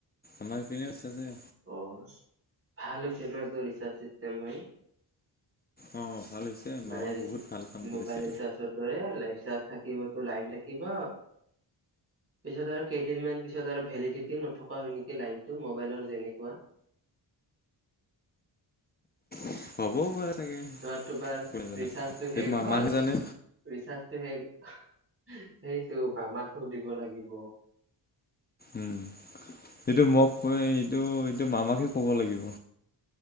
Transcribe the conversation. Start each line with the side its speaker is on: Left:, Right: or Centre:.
Left: আমাৰেপিনে চেম এ
Right: অ' ভাল হৈছে ন' এইটো ৰিচাৰ্জ চিষ্টেম হৈ।
Left: অ ভাল হৈছে মামা
Right: মানে ৰিচ,
Left: বহুত ভাল কাম কৰিছে
Right: মোবাইল ৰিচাৰ্জৰ দৰে লাইট চাৰ্জ থাকিবতো লাইন থাকিব, পিছত আৰু কেইদিনমান পিছত আৰু ভেলিডিটিও নথকা হয় নেকি লাইনতটো, মবাইলৰ যেনেক কোৱা।
Left: হ'বও পাৰে। চাগে
Right: ধৰ, তোমাৰ
Left: কোনে জানে
Right: ৰিচাৰ্জটো শেষ
Left: এইটো মামাহে
Right: হ'ল,
Left: জানে
Right: ৰিচাৰ্জটো শেষ সেইটো মামাক সুধিব লাগিব।
Left: উম, সেইটো মোক কৈ এইটো, এইটো মামাকহে ক'ব লাগিব।